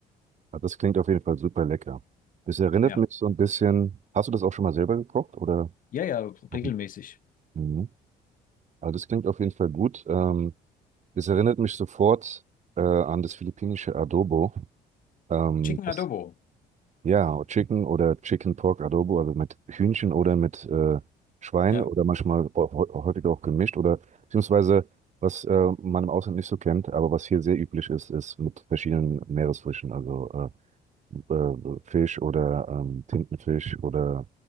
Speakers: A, on the right; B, on the left.
A: Aber das klingt auf jeden Fall super lecker. Das erinnert
B: Ja.
A: mich so ein bisschen. Hast du das auch schon mal selber gekocht? Oder?
B: Ja, ja,
A: noch
B: regelmäßig.
A: Mhm. Also das klingt auf jeden Fall gut. Ähm, das erinnert mich sofort äh, an das philippinische Adobo. Ähm,
B: Chicken
A: das,
B: Adobo.
A: ja, Chicken oder Chicken Pork Adobo, also mit Hühnchen oder mit äh, Schwein
B: Ja.
A: oder manchmal auch hä- häufiger auch gemischt oder beziehungsweise was äh, man im Ausland nicht so kennt, aber was hier sehr üblich ist, ist mit verschiedenen Meeresfrüchten. Also äh, äh, Fisch oder ähm, Tintenfisch oder